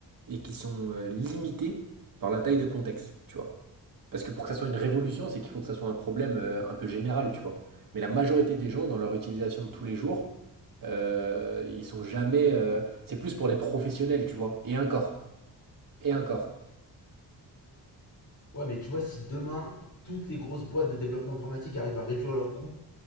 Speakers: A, on the right (about 55°); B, on the left (about 45°).
A: et qui sont euh, limitées par la taille de contexte, tu vois. Parce que pour que ça soit une révolution, c'est qu'il faut que ça soit un problème euh, un peu général, tu vois. Mais la majorité des gens, dans leur utilisation de tous les jours, euh, ils sont jamais. euh, c'est plus pour les professionnels, tu vois. Et encore. Et encore.
B: Ouais, mais tu vois, si demain toutes les grosses boîtes de développement informatique arrivent à réduire leurs coûts